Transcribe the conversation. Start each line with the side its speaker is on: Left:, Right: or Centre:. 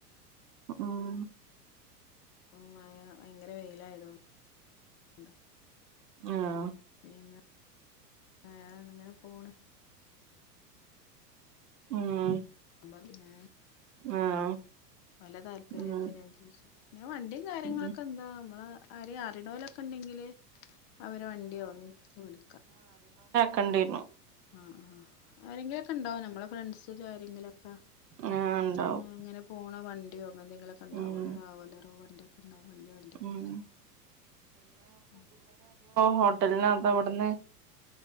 Right: ഉഉം
Left: ഉം മഴ ഭയങ്കര വെയിലായതോ ണ്ട.
Right: ആഹ്
Left: പിന്നെ വേറെ ഇങ്ങനെ പോണ്
Right: ഉം
Left: പിന്നേ
Right: ആഹ്
Left: ഓല താല്പര്യത്തിനൻസരിച്ച്
Right: ഉം
Left: ന്നെ വണ്ടിം കാര്യങ്ങളൊക്കെ
Right: ഉം
Left: എന്താ നമ്മള ആരേ അറിണോലൊക്കെ ണ്ടെങ്കില് അവരെ വണ്ടിയോ ന്തെങ്കിലൊക്കെ വിളിക്കാ.
Right: കണ്ടീര്ന്നു.
Left: ആഹ് ആഹ് ആരെങ്കിലും ഒക്കെ ഉണ്ടാവും ഞമ്മളെ ഫ്രണ്ട്സില് ആരെങ്കിലും ഒക്ക
Right: ആഹ് ഇണ്ടാവും
Left: പിന്നെ എങ്ങനെ പോണ് വ ണ്ട്യോ ങ്ങ എന്തെങ്കിലൊക്കെ ഉണ്ടാവോ
Right: ഉം
Left: ഒര് രാവലറോ വണ്ടിയൊക്കെ ണ്ടാവും. വല്യ വണ്ടിയൊക്കെ.
Right: ഉം
Left: ഉം
Right: ഹോട്ടൽന്നെന്താവ്ട്ന്ന്